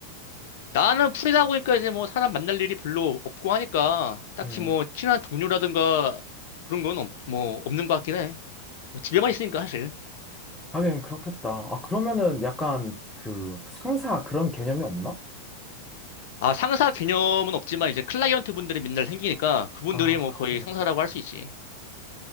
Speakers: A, on the left; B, in the centre.
A: 나는 풀이다 보니까 이제 뭐 사람 만날 일이 별로 없고 하니까 딱히
B: 음,
A: 뭐 친한 동료라든가 그런 건 없, 뭐 없는 것 같긴 해. 뭐 집에만 있으니까 사실.
B: 하긴 그렇겠다. 아, 그러면은 약간 그 상사 그런 개념이 없나?
A: 아, 상사 개념은 없지만 이제 클라이언트 분들이 맨날 생기니까 그분들이
B: 아,
A: 뭐
B: 그렇겠네.
A: 거의 상사라고 할 수 있지.